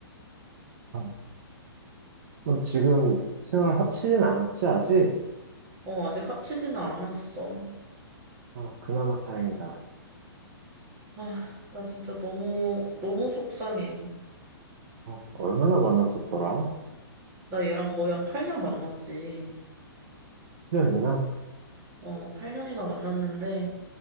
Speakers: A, on the right; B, on the right.
A: 아, 그럼 지금 생활 합치진 않았지, 아직?
B: 어, 아직 합치지는 않았어.
A: 아, 그나마 다행이다.
B: 아, 나 진짜 너무, 너무 속상해.
A: 아, 얼마나 만났었더라?
B: 나 얘랑 거의 한 8년 만났지.
A: 일 년이나
B: 어, 8년이나 만났는데,